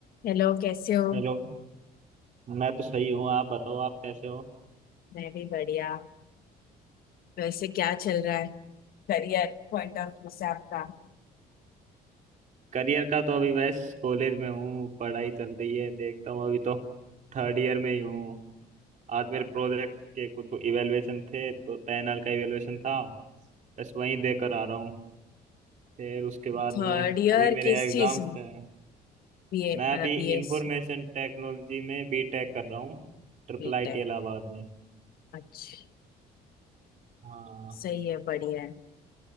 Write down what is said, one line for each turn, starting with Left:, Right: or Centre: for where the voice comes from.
Left: Hello कैसे हो
Right: Hello मैं तो सही हूँ आप बताओ आप कैसे हो
Left: मैं भी बढ़िया वैसे क्या चल रहा है करियर पॉइंट ऑफ व्यू से आपका
Right: करियर का तो अभी बस कॉलेज में हूँ पढ़ाई चल रही है देखता हूँ अभी तो थर्ड ईयर में ही हूँ आज मेरे प्रोजेक्ट के कुछ इवेलुएशन थे तो पैनल का इवेलुएशन था बस वहीं देकर आ रहा हूँ फिर उसके बाद
Left: थर्ड
Right: में
Left: ईयर
Right: अभी मेरे
Left: किस
Right: एग्जाम्स
Left: चीज में
Right: हैं
Left: बीए
Right: मैं
Left: मतलब
Right: अभी
Left: बीएस
Right: इंफॉर्मेशन टेक्नोलॉजी में बीटेक कर रहा हूँ ट्रिपल
Left: बीटेक
Right: आईटी इलाहाबाद में
Left: अच्छा
Right: हाँ
Left: सही है बढ़िया है